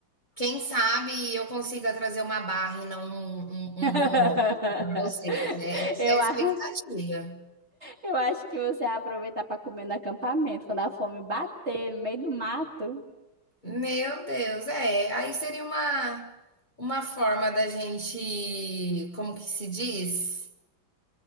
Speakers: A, on the left; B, on the right.
A: quem sabe eu consiga trazer uma barra e não um um
B: <laughs>
A: um bombom, né, vocês, é essa
B: Eu,
A: é a expectativa.
B: a- Eu acho que você vai aproveitar para comer no acampamento, quando a fome bater no meio do mato,
A: Meu Deus, é, aí seria uma uma forma da gente, como que se diz?